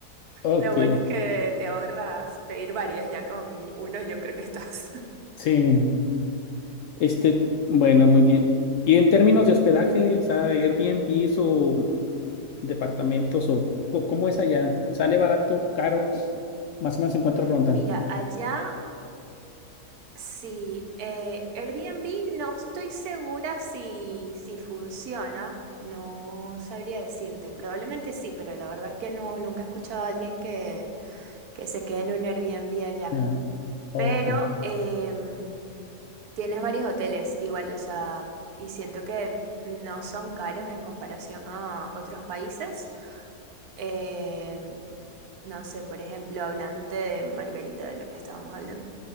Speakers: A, on the left (about 70°); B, on the right (about 70°).
A: Ok,
B: Lo bueno es que te ahorras pedir varios, ya con uno yo creo que estás.
A: sí. Este, bueno, muy bien. Y en términos de hospedaje, o sea, Airbnb o departamentos o co- cómo es allá, ¿sale barato, caro? Más o menos en cuánto
B: <laughs>
A: rondan.
B: Mira, allá Sí, eh, Airbnb no estoy segura si, si funciona, no sabría decirte, probablemente sí, pero la verdad es que no, nunca he escuchado a alguien que, que se quede en un Airbnb allá.
A: Ya. Ok,
B: Pero em, tienes varios hoteles igual, o sea, y siento que no son caros en comparación a otros países. Em, no sé, por ejemplo, hablándote de Margarita, de lo que estábamos hablando,